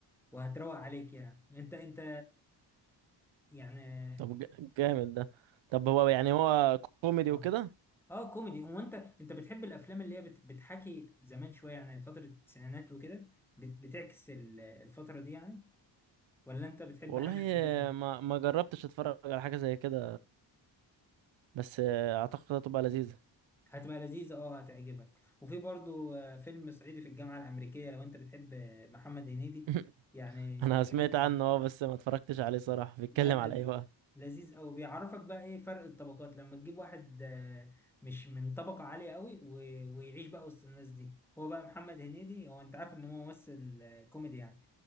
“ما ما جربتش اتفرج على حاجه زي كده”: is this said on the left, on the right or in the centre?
Right